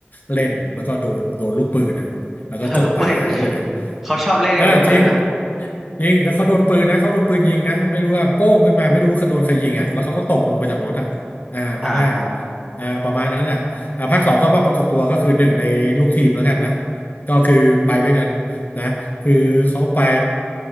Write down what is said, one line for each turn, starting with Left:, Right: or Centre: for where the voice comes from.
Left: เล่นแล้วก็โดนโดนลูกปืนอะแล้วก็จบไปหายไปเลย
Centre: <laughs> ล้ลูกปืนเขาชอบเล่นกับลูกปืนนะ
Left: เออจริงยิงแล้วเขาโดนปืนนะเขาโดนปืนยิงนะไม่รู้ว่าโป้งขึ้นมาไม่รู้เขาโดนใครยิงอ่ะแล้วเขาก็ตกลงไปจากรถอ่ะอ่าภาคแรกอ่ะ
Centre: อ่าฮะ
Left: อ่าประมาณนั้นแหละ อ่าภาคสองเข้ามาปรากฏตัวก็คือหนึ่งในลูกทีมแล้วกันนะก็คือไปด้วยกันนะคือเขาไป